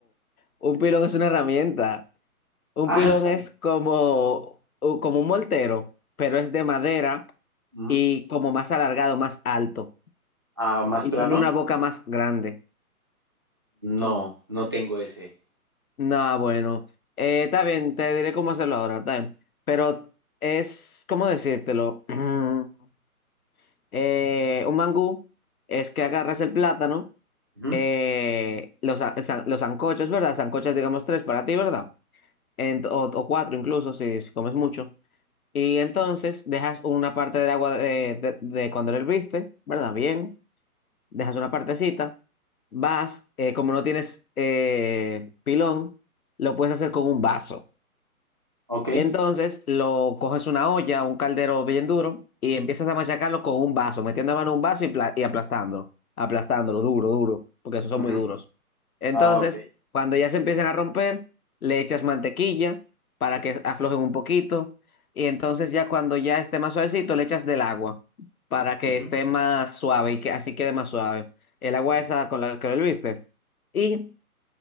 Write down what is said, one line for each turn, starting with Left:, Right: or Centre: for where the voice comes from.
Left: un pilón es una herramienta. Un
Right: Ah,
Left: pilón es como, u- como un moltero, pero es de madera
Right: mm,
Left: y como más alargado, más alto.
Right: ah, más
Left: Y
Right: plano.
Left: tiene una boca más grande.
Right: No, no tengo ese.
Left: Nah, bueno. Eh, está bien, te diré cómo hacerlo ahora, está bien. Pero es, ¿cómo decírtelo? <clears throat> Eh, un mangú es que agarras el plátano
Right: Ujú,
Left: eh, los, a- san- los sancochos, ¿verdad? Sancochos, digamos, tres para ti, ¿verdad? Ent- o, o cuatro incluso, si, si comes mucho. Y entonces dejas una parte de agua de, de- de cuando lo herviste, ¿verdad? Bien, dejas una partecita, vas, eh, como no tienes eh, pilón, lo puedes hacer con un vaso.
Right: Ok.
Left: Entonces lo coges una olla, un caldero bien duro y empiezas a machacarlo con un vaso, metiendo la mano en un vaso y, pla- y aplastándolo, aplastándolo duro, duro, porque esos son
Right: ujú,
Left: muy duros. Entonces,
Right: Ah, ok.
Left: cuando ya se empiezan a romper, le echas mantequilla para que aflojen un poquito y entonces ya cuando ya esté más suavecito, le echas del agua para que
Right: ujú,
Left: esté más suave y que así quede más suave. El agua
Right: ujú.
Left: esa con la que lo viste. Y